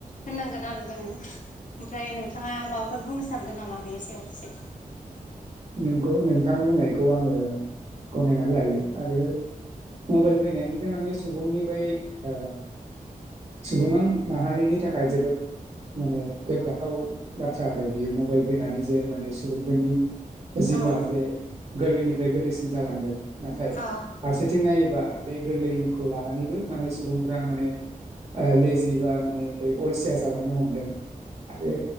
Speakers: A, on the left; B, on the right.
A: होननांगोन आरो जोङो। ओमफ्राय नोंथाङा माबाफोर बुंनो सान गोन नामा बेनि सायाव इसे
B: नोंगौ नोंथां बुंनायखौ आङो गनायनानै लायो। आरो मबेल फैनायनिफ्राय माने सुबुंनि बै ओ सुबं माहारिनि थाखाय जोबोद माने गोग्गाथाव बाथ बाथ्रा आरो बियो मबाइल फैनानै जे माने सुबुंफोरनि जिउआ
A: औ औ
B: जे गोरलैनिफ्राय गोरलैसि सिन जालांदों नाथाय
A: औ
B: फारसेथिं नायोबा बे गोरलैखौ लानानैबो माने सुबुंफोरा माने ओ लेजि बा माने बै अलसिया जालांनो हमदों आरो